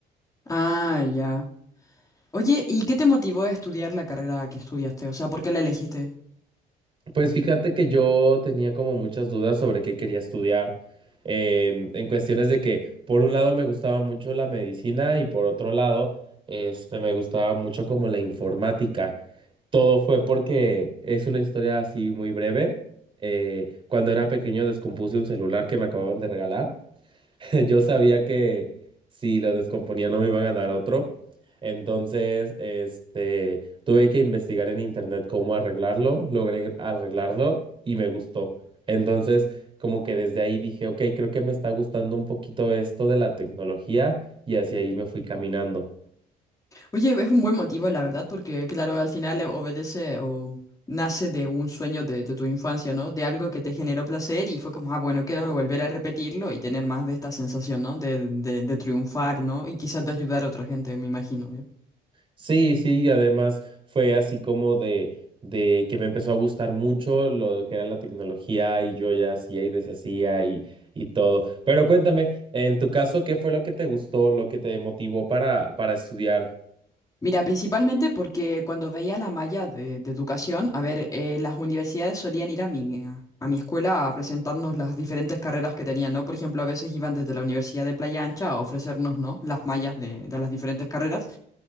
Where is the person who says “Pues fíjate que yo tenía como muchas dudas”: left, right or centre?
Right